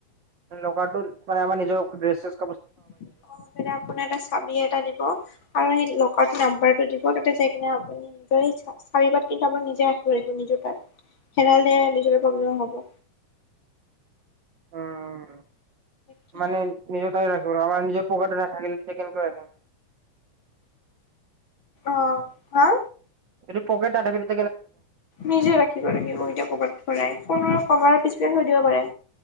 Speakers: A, on the right (about 65°); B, on the left (about 40°).
A: লকাৰটো মানে আমাৰ নিজৰ ড্ৰেছ-ছেজ
B: <inaudible> আৰু সেই লকাৰটোৰ নাম্বাৰটো দিব, তাতে যাই পিনে আপুনি নিজৰ ইচ্ছা চাৰি বা তিনটা <unintelligible> আপুনি নিজে ৰাখিব লাগিব নিজৰ <unintelligible> হেৰালে নিজৰেই প্ৰব্লেম হ'ব।
A: উম
B: কি
A: মানে, নিজৰ তাতে ৰাখ আৰু আমাৰ নিজৰ পকেটত নাথাকিলে কেনকৈ ৰাখিম?
B: অহ, হা?
A: এইটো পকেট নাথাকিলে
B: নিজে ৰাখিব লাগিব এতিয়া ক'বাত ভৰাই, ফোনৰ কভাৰৰ পিছপিনে থৈ দিব পাৰে।